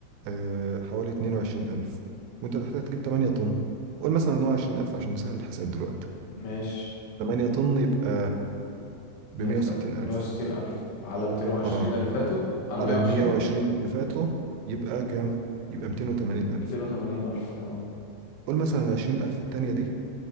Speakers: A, on the right; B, on the left.
A: آه، حوالي 22,000 وانت هتحتاج تجيب 8 طن قول مثلا ان هو 20,000 عشان نسهل الحساب دلوقتي
B: ماشي
A: 8 طن يبقى ب
B: نفتم
A: 160,000
B: مية وستين ألف على ميتين وعشرين
A: اه
B: اللي فاتوا على
A: على
B: مية وعشرين
A: 120 اللي فاتوا يبقى كام؟ يبقى 280,000
B: ميتين وتمانين ألف اه
A: قول مثلا ال 20,000 التانية دي